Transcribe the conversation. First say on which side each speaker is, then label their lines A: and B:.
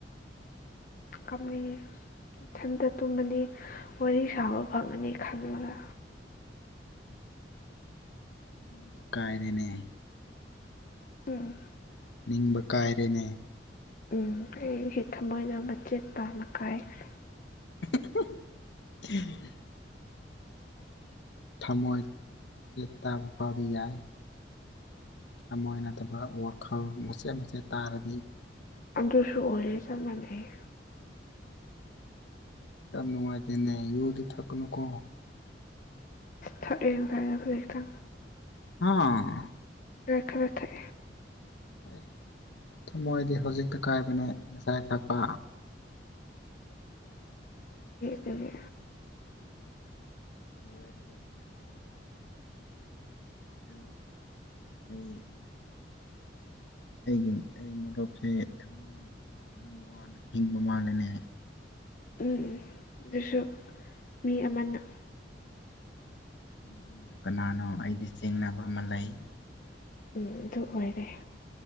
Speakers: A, on the left; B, on the left.
A: ꯀꯝꯅꯤ ꯏꯊꯟꯇ ꯇꯨꯝꯃꯅꯤ ꯋꯥꯔꯤ ꯁꯥꯕ ꯐꯪꯉꯅꯤ ꯈꯜꯂꯒ
B: ꯅꯤꯡꯕ ꯀꯥꯏꯔꯦꯅꯦ
A: ꯎꯝ
B: ꯅꯤꯡꯕ ꯀꯥꯏꯔꯦꯅꯦ
A: ꯎꯝ ꯑꯩꯒꯤ ꯊꯃꯣꯏꯅ ꯃꯆꯦꯠ ꯇꯥꯅ ꯀꯥꯏꯈ꯭ꯔꯦ
B: <unintelligible> ꯊꯝꯃꯣꯏ ꯃꯆꯦꯠ ꯇꯥꯕ ꯐꯥꯎꯕ ꯌꯥꯏ ꯊꯃꯥꯏꯅꯗꯕ ꯋꯥꯈꯜ ꯃꯆꯦꯠ ꯃꯆꯦꯠ ꯇꯥꯔꯗꯤ
A: ꯑꯗꯨꯁꯨ ꯑꯣꯏꯔꯦ ꯆꯞ ꯃꯥꯟꯅꯩ
B: ꯌꯥꯝ ꯅꯨꯡꯉꯥꯏꯇꯦꯅꯦ ꯌꯗꯤ ꯊꯀꯅꯨꯀꯣ
A: ꯊꯔ ꯊ
B: ꯑꯥ
A: ꯦꯦꯊꯒꯦ
B: ꯑꯦ ꯊꯃꯣꯏꯗꯤ ꯍꯧꯖꯤꯛꯇ ꯀꯥꯏꯕꯅꯦ ꯉꯁꯥꯏ ꯊꯛꯄ
A: ꯑꯗꯨꯗꯒꯤ
B: ꯂꯣꯏꯗ ꯍꯦ ꯗꯣ ꯑꯩ ꯑꯩꯒꯤ ꯑꯩ ꯃꯣꯇꯣꯞꯁꯦ ꯊꯝꯃꯣꯏ ꯌꯥꯝ ꯋꯥꯅ ꯍꯤꯡꯕ ꯃꯥꯜꯂꯦꯅꯦ
A: ꯎꯝ ꯑꯗꯨꯁꯨ ꯃꯤ ꯑꯃꯅ
B: ꯃꯤ ꯑꯃꯗ ꯀꯅꯥꯅꯣ ꯑꯩꯗꯤ ꯆꯤꯡꯅꯕ ꯑꯃ ꯂꯩ
A: ꯎꯝ ꯑꯗꯨ ꯑꯣꯏꯔꯦ